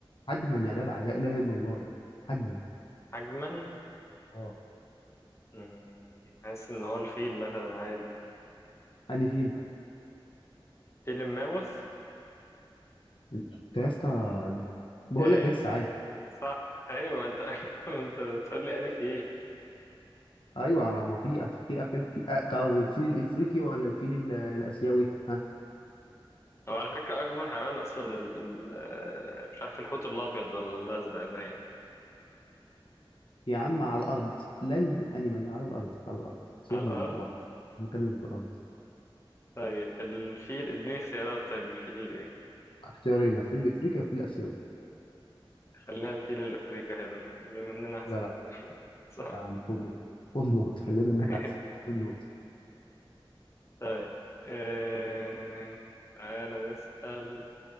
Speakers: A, on the left (about 65°); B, on the left (about 30°).
A: حجما يا جدع لا اله الا الله حجما
B: حجما
A: اه
B: مم، حاسس إن هو الفيل مثلا عادي
A: اني فين
B: فيل الماموث
A: انت يا اسطى بقول
B: إيه
A: لك لسه عايش
B: صح أيوة ما أنت <laughs> ما أنت بتقول لي يعني فيل
A: ايوه ما في أف- في افيال في أ- طب الفيل الافريقي ولا الفيل ال- الاسيوي ها
B: هو على فكرة أكبر حيوان أصلا ال... ال... آه، مش عارف الحوت الأبيض ولا الأزرق باين
A: يا عم على الارض لاند انيمال على الارض على الارض سيبك
B: على الأرض
A: من اللي في البحر هنتكلم في الارض
B: طيب الفيل اديني اختيارات طيب الفيل الإيه
A: اختيارين الفيل الافريقي والفيل الاسيوي
B: خليها الفيل الأفريقي حلو اللي مننا أحسن
A: لا
B: منه
A: لا
B: <laughs> صح
A: يا عم خد نقطة خد نقطة خلي منك
B: <laughs>
A: احسن خد نقطة
B: طيب آه... تعالى نسأل